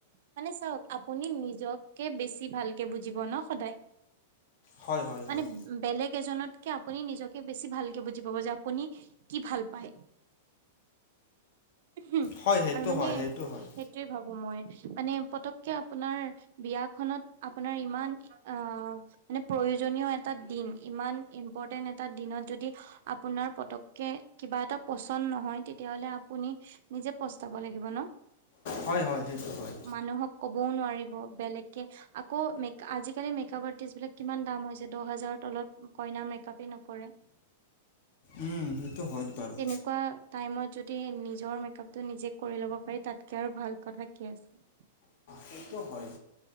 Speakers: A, on the right; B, on the left.
A: মানে চাওঁক, আপুনি নিজকে বেছি ভালকে বুজিব ন' সদায়।
B: হয় হয়
A: মানে
B: হয়
A: বেলেগ এজনতকে আপুনি নিজকে বেছি ভালকে বুজি পাব যে আপুনি কি ভাল পায়। হু
B: হয় সেইটো
A: আৰু মানে
B: হয় সেইটো হয়
A: সে টোৱে ভাবো মই, মানে পটক্কে আপোনাৰ বিয়াখনত আপোনাৰ ইমান অ' মানে প্ৰয়োজনীয় এটা দিন, ইমান ইম্পৰ্টেণ্ট এটা দিনত যদি আপোনাৰ পটক্কে কিবা এটা পচন্দ নহয়, তেতিয়া হ'লে আ পুনি নিজে পস্তাব লাগিব ন'।
B: হয়, হয়, সেইটো হয়।
A: মানুহক ক'বও নোৱাৰিব বেলেগকে আকৌ মেক- আজিকালি মেকআপ আৰ্টিষ্টবিলাক কিমান দাম হৈছে! দহ হাজাৰৰ তলত কইনাৰ মেকআপে নকৰে।
B: উম, সেইটো হয়ত বাৰু।
A: তেনেকুৱা টাইমত যদি নিজৰ মেকআপটো নিজে কৰি ল'ব পাৰি, তাতকে আৰু ভাল কথা কি আছে।
B: সেইটো হয়।